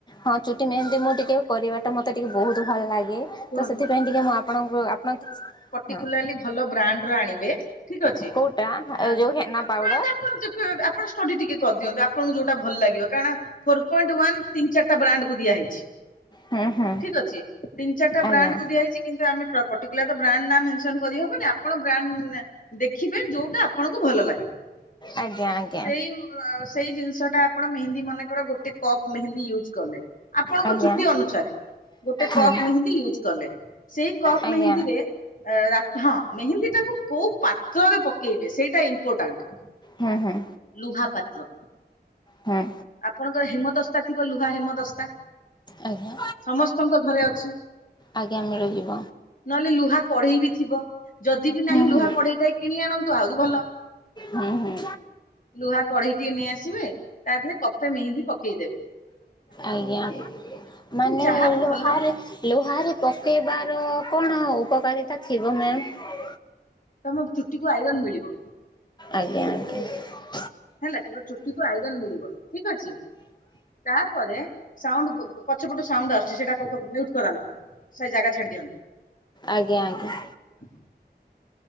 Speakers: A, on the left; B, on the left.
A: ହଁ ଚୁଟି ମେହେନ୍ଦୀ ମୁଁ ଟି ଟିକେ କରିବାଟା ମତେ ଟିକେ ବୋହୁତୁ ଭଲ ଲା ତ
B: ଶୁଣନ୍ତୁ
A: ସେଥିପାଇଁ ଟିକେ ମୁଁ ଆପଣଙ୍କୁ ଆପଣ।
B: ରେଗୁଲାରଲି
A: ହଁ
B: ଭଲ ବ୍ରାଣ୍ଡର ଆ ଆଣିବେ। ଠିକ ଅଛି
A: କୋଉଟା
B: ଅଁ
A: ଯୋଉ ହେନା
B: <unintelligible> ଆପଣ
A: ପାଉଡର
B: ଆପଣ ଷ୍ଟଡି ଟିକେ କରିଦିଅନ୍ତୁ ଆପ ଆପଣଙ୍କୁ ଯୋଉଟା ଭଲ ଲାଗିବ କାରଣ ଫୋର ପଏଣ୍ଟ ୱାନ ତିିନଟା ଚାରିଟା ବ୍ରାଣ୍ଡକୁ ଦିଆହେଇଛି।
A: ହୁଁ ହୁଁ
B: ଠିକ ଅଛି ତିନ
A: ଆଜ୍ଞା।
B: ବ୍ରାଣ୍ଡକୁୁ ଦିଆହେଇଚି କିନ୍ତୁ ଆମେ ପଟିକୁଲାର୍ ବ୍ରାଣ୍ଡ ନା ମେନସନ କରିହବନି ଆପଣ ବ୍ରାଣ୍ଡ ଦେଖିବେ ଯୋଉଟା ଆ ଆପଣଙ୍କୁ ଭଲ ଲାଗେ।
A: ଆଜ୍ଞା
B: <inaudible>
A: ଆଜ୍ଞା
B: ସେଇଆ। ସେଇ ଜିନ ଜଉଟା ଆପଣ ମେହେନ୍ଦୀ ମନେକର ଗୋଟେ କପ୍ ମେହେନ୍ଦୀ ୟୁଜ କଲେ, ଆପଣଙ୍କ
A: ଆଜ୍ଞା
B: ଚୁଟି ଅନୁସାରେ ଗୋଟେ କପ
A: ହୁଁ
B: ୟୁଜ୍ କଲେ। ସେଇ କପ
A: ଆଜ୍ଞା
B: ମେହେନ୍ଦୀରେ ରା ହଁ ମେହେନ୍ଦୀ ଟାକୁ କୋଉ ପାତ୍ରରେ ପକେଇବେ, ସେଇଟା ଇମ୍ପୋର୍ଟାଣ୍ଟ
A: ହୁଁ ହୁଁ
B: ଲୁହାପାତ୍ର
A: ହୁଁ
B: ଆପଣଙ୍କର ହେମ ଦଶତା ଥିବ? ଲୁହା ହେମ ଦଶତା
A: ଆଜ୍ଞା
B: ସମସ୍ତଙ୍କ ଘରେ ଅଛି?
A: ଆଜ୍ଞା
B: <inaudible>
A: ମିଳିଯିବ
B: ନହେଲେ ଲୁହା କଢେଇ ବି ଥିବ? ଯଦି ବି ନାହିଁ,
A: ହୁଁ
B: ଲୁହା
A: ହୁଁ
B: କଢେଇଟାଏ କିଣି ଆଣନ୍ତୁ ଆହୁରି ଭଲ।
A: ହୁଁ ହୁଁ
B: ଲୁହା କଢେଇ ଟେ ନେଇ ଆସିବେ ତା ଧରେ କପେ ମେହେନ୍ଦି ପକେଇଦବେ।
A: ଆଜ୍ଞା ମାନେ
B: ଚାହା
A: ଲୁହାରେ
B: ଭଲ କି
A: ଲୁହାରେ ପକେଇବାର ଅ କଣ ଉପକାରିତା ଥିବ ମ୍ୟାମ?
B: ତମ ଚୁଟିକୁୁ ଆଇରନ୍ ମିଳିବ।
A: ଆଜ୍ଞା ଆଜ୍ଞା
B: ହେଲା, ଚୁଟିକୁ ଆଇରନ ମିଳିବ। ଠିକ ଅଛି? ତା ଆ ପରେ, ସାଉଣ୍ଡ ପଛପଟୁ ସାଉଣ୍ଡ ଆସୁଚି, ସେଟା କ କ ମ୍ୟୁଟ କରାନ୍ତୁ। ସେ ଜାଗା ଛାଡି ଦିଅନ୍ତୁ।
A: ଆଜ୍ଞା ଆଜ୍ଞା।